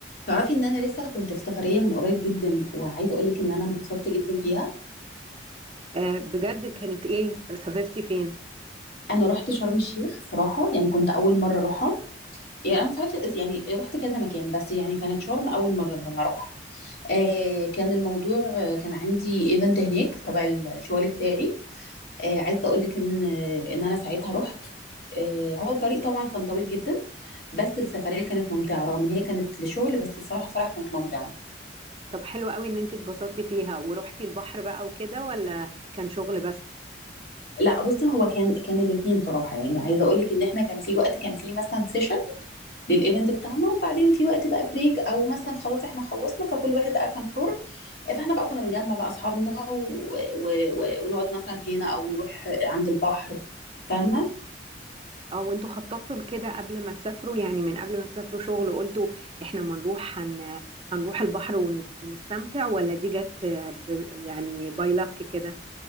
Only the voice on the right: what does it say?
آه، بجد كانت ايه سافرتي فين
طب حلو قوي ان انت اتبسطتي فيها ورحتي البحر بقى وكده ولا كان شغل بس
او انتوا خططتوا لكده قبل ما تسافروا يعني من قبل ما تسافروا شغل وقلتوا احنا ما نروح هن... هنروح البحر ونستمتع ولا دي جت آه، ب... يعني باي لك كده